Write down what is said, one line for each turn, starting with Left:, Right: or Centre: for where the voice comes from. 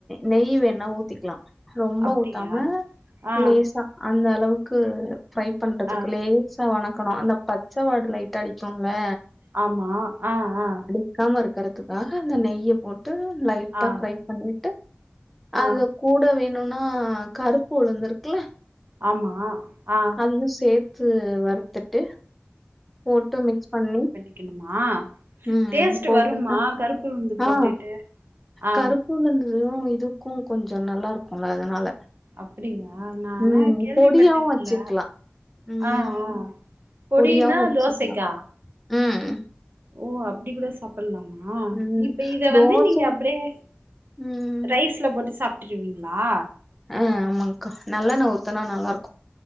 Centre: நெய் வேணா ஊத்திக்லா ரொம்ப
Right: அப்டியா
Centre: ஊத்தாம
Right: ஆ
Centre: லேசா அந்தளவுக்கு ஃப்ரை பண்றதுக்குல்லயே
Right: ஆ
Centre: சா வணக்கணு அந்த பச்சவாட லைட்டா அடிக்குல்ல
Right: ஆமா ஆ ஆ
Centre: க்காம இருக்கறதுக்காக அந்த நெய்ய போட்டு லைட்டா
Right: ஆ
Centre: ஃப்ரை பண்ணி
Right: ஆ
Centre: அது கூட வேணுன்னா கருப்பு உழுந்து இருக்குல
Right: ஆமா ஆ
Centre: இதையு சேத்து வறுத்துட்டு போட்டு மிக்ஸ் பண்ணி
Right: க்கனுமா
Centre: ம்
Right: டேஸ்ட்டு
Centre: போட்டுட்டு
Right: வரும்மா கருப்பு உழுந்து போட்டுட்டு
Centre: ஆ
Right: ஆ
Centre: கருப்பு உளுந்தும் இதுக்கு கொஞ்ச நல்லா இருக்குல்ல அதனால
Right: அப்டியா நா ஆனா
Centre: ம்
Right: கேள்விப்பட்டதில்ல
Centre: பொடியாவு வச்சுக்லா ம்
Right: ஆ ஆ பொடினா
Centre: பொடியாவு வச்சுக்கலா
Right: தோசைக்கா
Centre: ம் ம்
Right: ஓ அப்டி கூட சாப் பலாமா
Centre: ம்
Right: இப்ப இத
Centre: தோசை
Right: வந்து நீங்க அப்டியே
Centre: ம்
Right: ரைஸ் ட்ல போட்டு சாப்ட்டுருவீங்ளா
Centre: அ ஆமாங்க்கா நல்லெண்ண ஊத்துனா நல்லார்க்கு